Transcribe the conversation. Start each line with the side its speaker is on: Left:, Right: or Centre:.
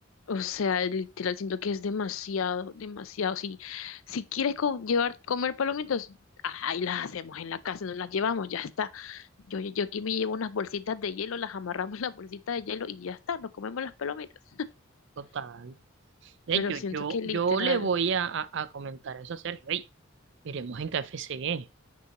Left: O sea, literal, siento que es demasiado, demasiado. Si, si quieres co- llevar, comer palomitas, ahí las hacemos en la casa, no las llevamos, ya está. Yo, yo yo aquí me llevo unas bolsitas de hielo, las amarramos en la bolsita de hielo y ya está, nos comemos las palomitas.
Right: Total. De
Left: Pero
Right: hecho,
Left: siento
Right: yo,
Left: que literal.
Right: yo le voy a, a- a comentar eso a Sergio. Ey, miremos en K F C E,